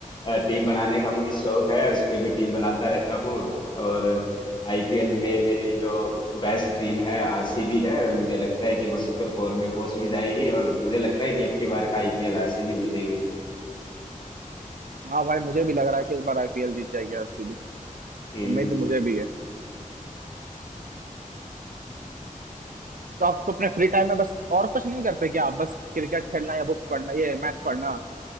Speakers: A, on the left; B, on the right.
A: अ, टीम बनाने का मुझे शौक है उस पे भी टीम बनाता रहता हूँ और आईपीएल में मेरी जो बेस्ट टीम है आरसीबी है और मुझे लगता है कि वो सुपर फोर में पहुंच भी जाएगी और मुझे लगता है कि अब की बार का आईपीएल आरसीबी जीतेगी
B: हाँ भाई मुझे भी लग रहा है कि इस बार आईपीएल जीत जाएगी आरसीबी
A: हम्म
B: उम्मीद मुझे भी है तो आप तो अपने फ्री टाइम में बस और कुछ नहीं करते क्या आप बस क्रिकेट खेलना या बुक्स पढ़ना ये मैथ पढ़ना